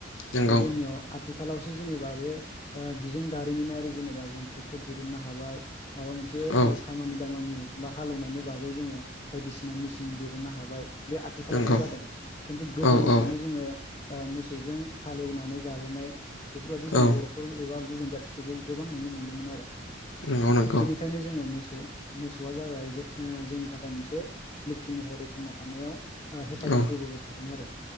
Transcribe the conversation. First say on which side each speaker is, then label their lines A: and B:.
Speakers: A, on the left (about 80°); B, on the left (about 30°).
A: नंगौ
B: दा जोंनियाव आथिखालावसो जेनेबा बे ओ बिजों दारिमिनारि जेनेबा जों ट्रेक्टर दरुननो हाबाय माबा मोन एसे
A: औ
B: खामानि दामानि बा हालेवनायनि बागै जोङो बायदिसिना मेसिन दिरहुनन्नो हाबाय। बे आथिखालावसो
A: नंगौ
B: जादों खिन्थु गोदोनिफ्रायनो
A: औ औ
B: जोङो ओ मोसौजों हालेवनानै जाबोनाय बेफोरबायदि जों
A: औ
B: बर'फोर एबा गुबुन जाथिखौबो गोबां नुनो मोन्दोंमोन आरो।
A: नंगौ नंगौ।
B: बेखायनो जोङो मोसौ मोसौआ जाबाय ओ जोंनि थाखाय मोनसे लोखि महरै थांना थानायाव ओ हेफाजाब
A: औ
B: होबोबाय थादों आरो